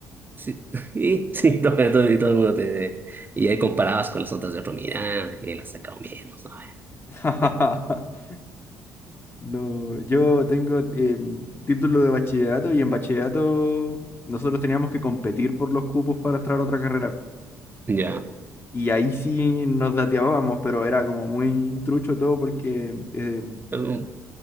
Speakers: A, on the right; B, on the left.
A: Sí, <laughs> y, sí, todo, todo- y todo el mundo te... Y ahí comparabas con las notas de otro, mira, él ha sacado menos, ¿no?
B: <laughs>
A: Eh,
B: No, yo tengo em, título de bachillerato y en bachillerato nosotros teníamos que competir por los cupos para entrar a otra carrera.
A: Ya.
B: Y ahí sí nos dateábamos, pero era como muy trucho todo porque em,
A: em,